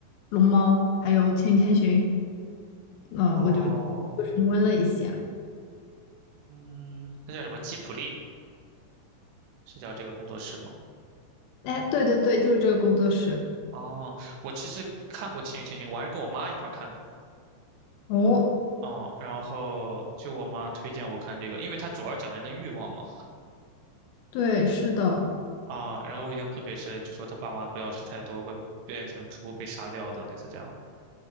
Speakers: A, on the left (about 75°); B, on the right (about 85°).
A: 《龙猫》，还有《千与千寻》，嗯，
B: 哦，
A: 我就又重温了一下。
B: 嗯，那叫什么吉普力？是叫这个工作室吗？
A: 哎，对对对，就是这个工作室。
B: 哦，我其实看过《千与千寻》，我还是跟我妈一块儿看的。
A: 哦，
B: 哦，然后就我妈推荐我看这个，因为它主要讲的人的欲望嘛。
A: 对，是的，
B: 啊，然后我印象特别深，就说他爸妈不要吃太多，会变成猪被杀掉的，类似这样的。